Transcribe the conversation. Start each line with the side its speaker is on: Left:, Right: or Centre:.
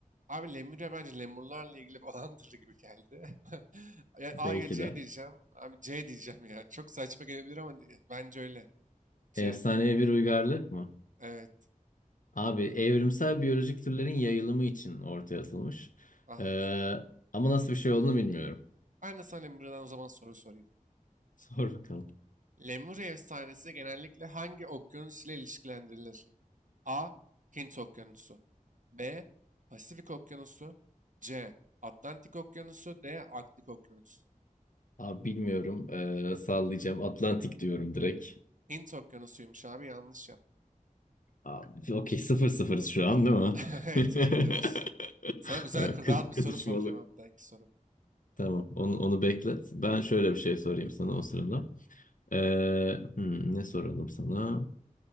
Right: Abi Lemurya bence lemurlarla ilgili <laughs> falandır gibi geldi. <laughs> Ya
Left: Belki
Right: A ya C
Left: de.
Right: diyeceğim. Abi C diyeceğim ya. Çok saçma gelebilir ama bence öyle. C.
Left: Efsanevi bir uygarlık mı?
Right: Evet.
Left: Abi evrimsel biyolojik türlerin yayılımı için ortaya atılmış.
Right: Ah.
Left: Ee, ama nasıl bir şey olduğunu bilmiyorum.
Right: Ben de sana Lemuria'dan o zaman soru sorayım.
Left: Sor bakalım.
Right: Lemuria efsanesi genellikle hangi okyanus ile ilişkilendirilir? A. Hint Okyanusu B. Pasifik Okyanusu C. Atlantik Okyanusu D. Arktik Okyanusu
Left: Abi bilmiyorum. Ee, sallayacağım. Atlantik diyorum direkt.
Right: Hint Okyanusu'ymuş abi yanlış yap.
Left: Abi, okey <laughs> sıfır sıfırız şu an değil mi?
Right: <laughs> Evet
Left: <laughs>
Right: iyi gidiyoruz. Sana güzel
Left: Ee, Kız,
Right: rahat bir
Left: kızışmalı.
Right: soru soracağım abi bir dahaki soru.
Left: Tamam onu, onu beklet. Ben şöyle bir şey sorayım sana o sırada. Ee, hmm, ne soralım sana?